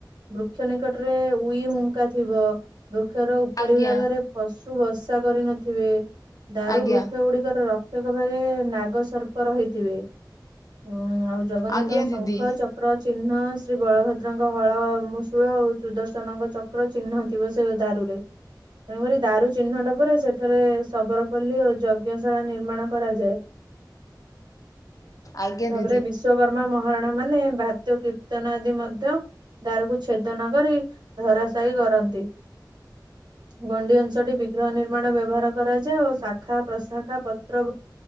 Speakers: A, on the right (about 70°); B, on the left (about 50°).
A: ବୃକ୍ଷ ନିକଟରେ ଉଇ ହୁଙ୍କା ଥିବ। ବୃକ୍ଷର ଉପରି
B: ଆଜ୍ଞା
A: ଭାଗରେ ପଶୁ ବର୍ଷା କରିନଥିବେ ଦାରୁ
B: ଆଜ୍ଞା
A: ବୃକ୍ଷ ଗୁଡିକର ର <unintelligible> ଭାଗେ ନାଗ ସର୍ପ ରହିଥିବେ। ଉଁ ଆଉ ଜଗନ୍ନାଥଙ୍କ
B: ଆଜ୍ଞା ଦିଦି
A: ଶଙ୍ଖ ଚ ଚକ୍ର ଚିହ୍ନ ଶ୍ରୀ ବଳଭଦ୍ରଙ୍କ ହଳ ମୁଶୂଳ ଓ ସୁଦର୍ଶନଙ୍କ ଚକ୍ର ଚିହ୍ନ ଥିବ ସେ ଦାରୁରେ। ତେଣୁକରି ଦାରୁ ଚିହ୍ନଟ ପରେ ସେଠାରେ ଶବରପଲୀ ଓ ଯଜ୍ଞଶାଳା ନିର୍ମାଣ କରାଯାଏ।
B: ଆଜ୍ଞା
A: ତାପରେ
B: ଦିଦି
A: ବିଶ୍ଵକର୍ମା ମହାରଣା ମାନେ ବାଦ୍ୟ କୀର୍ତ୍ତନ ଆଦି ମଧ୍ୟ ଦାରକୁ ଛେଦ ନ କରି ଧରାଶହି କରନ୍ତି। ଗଣ୍ଡି ଅଂଶଟି ବିଗ୍ରହ ନିର୍ମାଣ ବ୍ୟବହାର କରାଯାଏ ଓ ଶାଖା ପ୍ରଶାଖା ପତ୍ର